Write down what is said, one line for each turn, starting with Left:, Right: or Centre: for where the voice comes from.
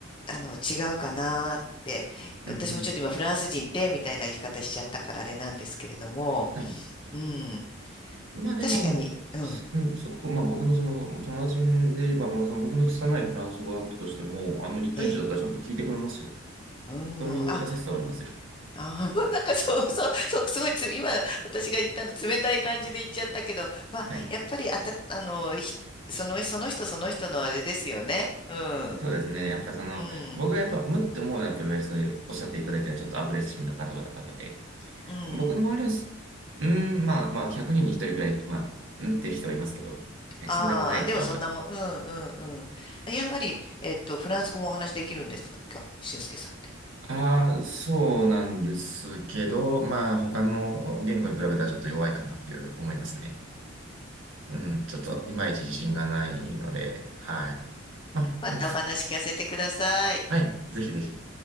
Left: あの、違うかなって、
Right: うんうん
Left: 私もちょっと今フランス人ってみたいな言い方しちゃったからあれなんですけれども、
Right: はい。
Left: うん、
Right: まあでも、
Left: 確かに、うん、
Right: す、うん、すごく、まあ僕のその友達で言えば、もうその僕の拙いフランス語だったとしても、あの、一対一だったらちゃんと聞いてくれますよ。
Left: ええ、うん、
Right: そういう優しさはありますよ。
Left: あ、うん、ああ <laughs> なんかそうそう、そう、すごいつ、今私が言ったの冷たい感じで言っちゃったけど、まあ、
Right: はい。
Left: やっぱりあた、あの、ひその、その人その人のあれですよね。うん、
Right: そうですね。やっぱりその、
Left: うん、
Right: 僕がやっぱ、むって思うのは、やっぱりそういうおっしゃっていただいたようにちょっとアグレッシブな方々で、
Left: うん。
Right: 僕の周りはす、うーん、まあまあ、100人に1人くらい、まあ、うんっていう人はいますけど、はい、
Left: ああ、
Right: そうでもないと思います。
Left: でもそんなもん、うん、うん、うん。やはり、えっと、フランス語もお話できるんですか、俊介さんって。
Right: ああ、そうなんですけど、まあ、他の言語に比べたらちょっと弱いかなっていう思いますね。うん、ちょっといまいち自信がないので、はい。まあ、
Left: またお話聞かせてください。
Right: よしはい。ぜひぜひ。